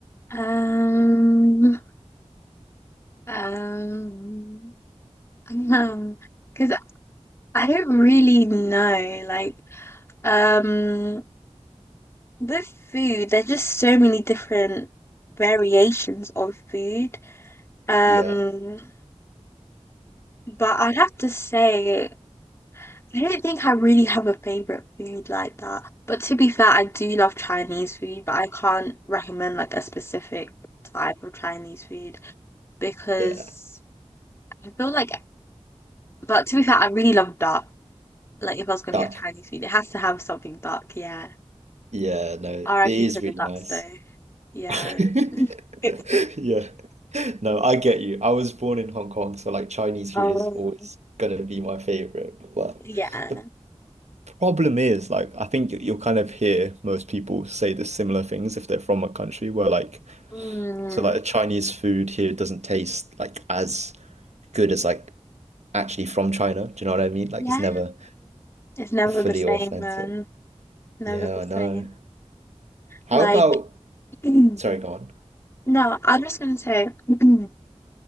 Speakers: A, on the left; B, on the right.
A: Um, um, <laughs> um, because I don't really know. Like, um, with food, there's just so many different variations of food. Um,
B: Yeah,
A: but I'd have to say. I don't think I really have a favorite food like that. But to be fair, I do love Chinese food, but I can't recommend like a specific type of Chinese food because
B: yeah.
A: I feel like, but to be fair, I really love duck. Like if I was gonna
B: Duck.
A: get Chinese food, it has to have something duck. Yeah.
B: Yeah, no, it
A: RIP
B: is
A: to the
B: really
A: ducks
B: nice.
A: though. Yeah.
B: <laughs>
A: <laughs>
B: Yeah. No, I get you. I was born in Hong Kong, so like Chinese food
A: Oh,
B: is always gonna be my favorite. But
A: yeah.
B: the problem is, like, I think you- you'll kind of hear most people say the similar things if they're from a country where like,
A: Mm,
B: so like the Chinese food here doesn't taste like as good as like actually from China. Do you know what I mean? Like,
A: yeah.
B: it's never
A: It's never
B: fully
A: the same,
B: authentic.
A: man. Never
B: Yeah,
A: the
B: I
A: same.
B: know. How
A: Like,
B: about,
A: <clears throat>
B: sorry, go
A: No, I was just gonna say, <clears throat> because